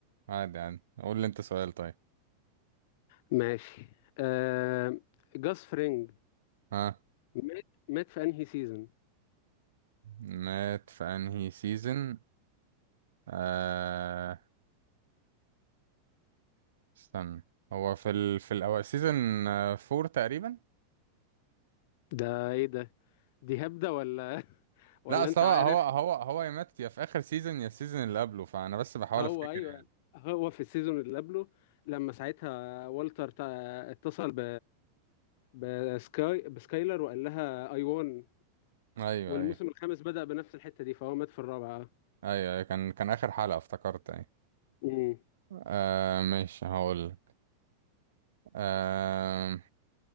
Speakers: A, on the right; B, on the left.
A: عادي عادي قول لي انت سؤال طيب
B: ماشي آه... جاس فرينج
A: ها
B: مات مات في انهي سيزون
A: مات في انهي سيزون آه استنى هو في ال... في الاول سيزون آه، فور تقريبا
B: ده ايه ده دي هبدة ولا <laughs> ولا
A: لا اصل
B: انت
A: هو
B: عارف
A: هو هو هو يا مات يا في اخر سيزون يا السيزون اللي قبله فانا بس بحاول
B: هو
A: افتكر
B: ايوه
A: يعني
B: هو في السيزون اللي قبله لما ساعتها والتر تا- اتصل ب بسكاي بسكايلر وقال لها اي وان
A: ايوه
B: والموسم
A: ايوه
B: الخامس بدأ بنفس الحتة دي فهو مات في الرابعة
A: ايوه أيوة، كان كان اخر حلقة افتكرت ايوه
B: امم
A: آه ماشي هقول آه